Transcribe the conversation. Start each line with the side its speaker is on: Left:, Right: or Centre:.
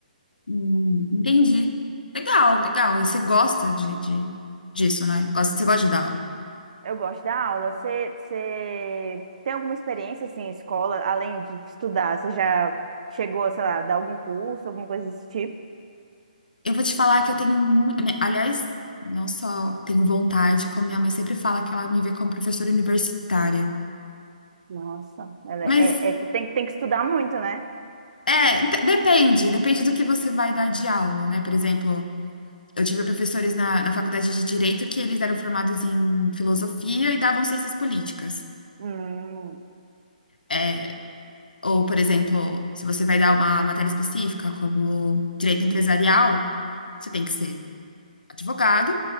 Left: Hum, entendi. Legal, legal. E você gosta de, de- disso, né? Gosta, você gosta de dar aula.
Right: Eu gosto da aula. Você, você tem alguma experiência assim, em escola, além de estudar? Você já chegou, sei lá, a dar algum curso, alguma coisa desse tipo?
Left: Eu vou te falar que eu tenho muito. Aliás, não só tenho vontade, como minha mãe sempre fala que ela me vê como professora universitária.
Right: Nossa, ela
Left: Mas
Right: é, é- é, tem, tem que estudar muito, né?
Left: É, ent- depende, depende do que você vai dar de aula, né? Por exemplo, eu tive professores na, na faculdade de Direito que eles eram formados em filosofia e davam ciências políticas.
Right: Hum.
Left: É, Ou, por exemplo, se você vai dar uma matéria específica, como direito empresarial, você tem que ser advogado